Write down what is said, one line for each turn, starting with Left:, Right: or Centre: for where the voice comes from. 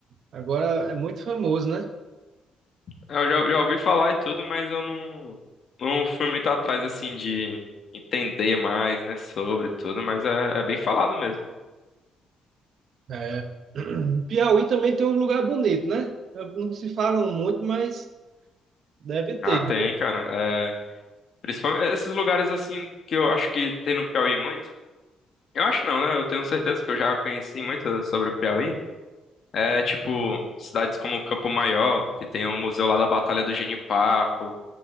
Right: Agora é muito famoso, né?
Left: Eu já, já ouvi falar e tudo, mas eu não, não fui muito atrás, assim, de entender mais, né, sobre tudo, mas é é bem falado mesmo.
Right: É. <clears throat> Piauí também tem um lugar bonito, né? Não se falam muito, mas deve ter.
Left: Ah, tem,
Right: né?
Left: cara. É, principalmente esses lugares assim que eu acho que tem no Piauí muito. Eu acho não, né? Eu tenho certeza que eu já conheci muito sobre o Piauí. É tipo cidades como Campo Maior, que tem o museu lá da Batalha do Genipapo.